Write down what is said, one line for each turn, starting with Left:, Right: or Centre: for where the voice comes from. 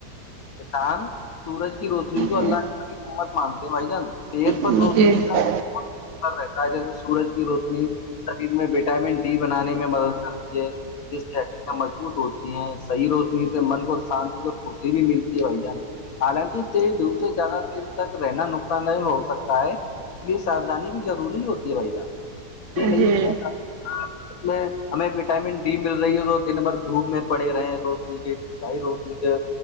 Left: کسان سورج کی روشنی کو اللہ
Right: جی
Left: نے بڑی مت مانتے ہیں بھائی جان صحت
Right: جی
Left: پر روشنی
Right: جی
Left: کا رہتا ہے جیسے سورج کی روشنی شریر میں وٹامن بنانے میں مدد کرتی ہے جس سے مضبوط ہوتی ہیں صحی روشنی سے من کو شانتی اور خوشی بھی ملتی ہے بھائی جان حالانکہ دھپ سے زیادہ تک رہنا نقصان دہ ہو سکتا ہے اس لیے سادانی بھی ضوری ہوتی بھائی جانح یہ نہیں
Right: جی
Left: اس میں ہمیں وٹامن ڈی مل رہی ہے تو نمبر دھوپ میں پڑے رہے ہیں روشنی کے بھائی روشنی سے